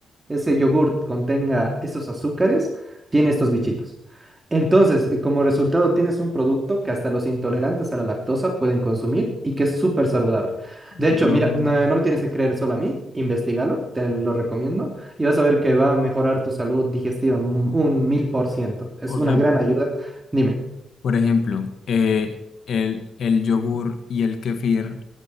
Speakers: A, on the right (about 25°); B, on the left (about 65°).
A: ese yogurt contenga esos azúcares, tiene estos bichitos. Entonces, eh, como resultado, tienes un producto que hasta los intolerantes a la lactosa pueden consumir y que es súper saludable. De hecho,
B: Ah,
A: mira, no, no me tienes que creer solo a mí, investigalo, te lo recomiendo y vas a ver que va a mejorar tu salud digestiva un mil por ciento. Es
B: o
A: una
B: sea,
A: gran ayuda. Dime.
B: por ejemplo, eh, el, el yogur y el kefir.